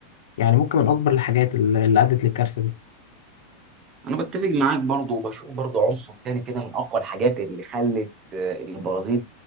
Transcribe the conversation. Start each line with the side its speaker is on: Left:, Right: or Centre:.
Left: يعني ممكن من اكبر الحاجات اللي اللي ادت للكارثه دي
Right: انا بتفق معاك برضو وبشوف برضو عنصر تاني كده من اقوى الحاجات اللي خلت آه، البرازيل